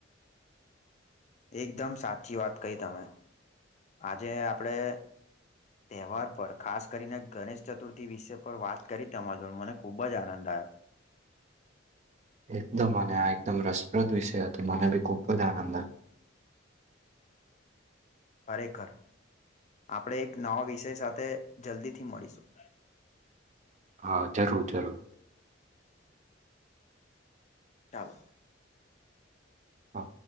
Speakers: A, on the left; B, on the right.
A: એકદમ સાચી વાત કહી તમે, આજે આપણે તહેવાર પર, ખાસ કરીને ગણેશ ચતુર્થી વિષય પર વાત કરી તમાર જોડે મને ખુબ જ આનંદ આયો.
B: એકદમ અને આ એકદમ રસપ્રદ વિષય હતો મને બી ખૂબ જ આનંદ આયો.
A: <inaudible> ખરેખર. આપણે એક નવા વિષય સાથે જલ્દીથી મળીશું.
B: હા, જરૂર જરૂર.
A: ચાલો.
B: હા